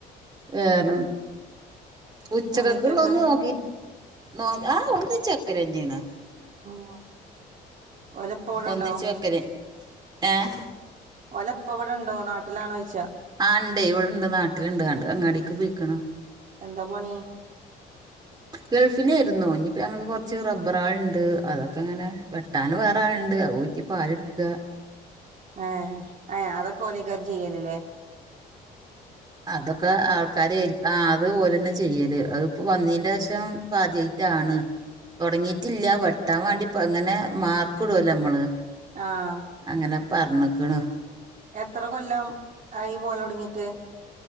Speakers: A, on the right (about 25°); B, on the right (about 50°).
A: വേറെ ഉച്ചക്ക്
B: ഒന്നിച്ച്
A: ക്കൊ ള്ളെക്കെ
B: വെക്കലാ
A: ഒന്ന് നോക്കി നോ ആഹ് ഒന്നി ചക്കര തന്നെയാണ്
B: ആഹ് ഓലെപ്പ ഇവിടുണ്ടോ
A: ഒന്നിച്ച് വെക്കല് ഏഹ്
B: ഓല് എപ്പോ ഇവിടെ ഉണ്ടോ നാട്ടിലാണോച്ച്
A: ആഹ് ഉണ്ട് ഇവിടെ ഇണ്ട് നാട്ടിലുണ്ട് അങ്ങട് അങ്ങാടിക്ക് പോയിക്കണ്
B: എന്താ പണി
A: ഗൾഫിലയിരുന്നു ഇനിപ്പ ഞങ്ങക്ക് കൊറച്ച് റബ്ബറളുണ്ട് അതൊക്കെ ഇങ്ങനെ വെ വെട്ടാൻ വേറെ ആളുണ്ട് അത് ഊറ്റി പാലെടുക്കുക
B: ആഹ് അതൊക്കെ ഓലിക്കാര് ചെയ്യോ ലല്ലേ
A: അതൊക്കെ ആൾക്കാര് ആഹ് അത് ഓല് തന്നെ ചെയ്യല് അത് ഇപ്പ വന്നീന്റെ ശേഷം ഇപ്പൊ ആദ്യായിട്ടാണ് തുടങ്ങി ട്ടില്ല
B: ഉം
A: വെട്ടാൻ വേണ്ടിപ്പ ഇങ്ങനെ മാർക്ക് ഇടുല്ലോ നമ്മള്
B: ആഹ്
A: അങ്ങനെ പറണിക്ക് ണ്
B: എത്ര കൊല്ലം ആയി പോയി തുടങ്ങിട്ട്